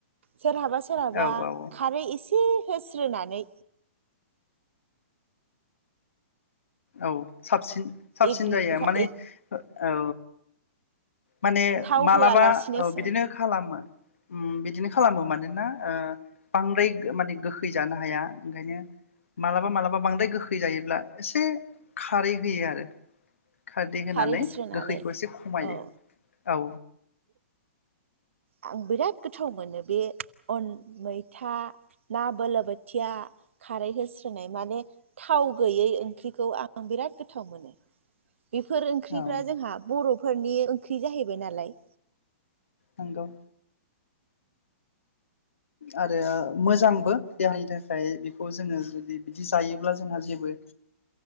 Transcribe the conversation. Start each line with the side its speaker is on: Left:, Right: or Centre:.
Right: सोरहाबा सोरहाबा
Left: औ औ
Right: खारै एसे होस्रोनानै
Left: औ साबसिन साबसिन
Right: एग्लि
Left: जायो माने
Right: एग
Left: औ माने
Right: थाव
Left: मालाबा
Right: होआलासिनोसो
Left: बिदिनो खालामो बिदिनो खालामो मानोना बांद्राय माने गोखै जानो हाया ओंखायनो मालाबा मालाबा बांद्राय गोखै जायोब्ला एसे खारै होयो आरो खारदै होनानै
Right: खारै होस्रोनानै
Left: गोखैखौ एसे खमायो
Right: औ
Left: औ।
Right: आं बिराद गोथाव मोनो बे अन मैथा ना बोलो बोथिया खारै होस्रोनाय माने थाव गैयै ओंख्रिखौ आं बिराद गोथाव मोनो। बेफोर ओंख्रिफ्रा
Left: औ
Right: जोंहा बर'फोरनि ओंख्रि जाहैबाय नालाय।
Left: नंगौ। आरो मोजांबो देहानि थाखाय बेखौ जोङो जुदि बिदि जायोब्ला जोंहा जेबो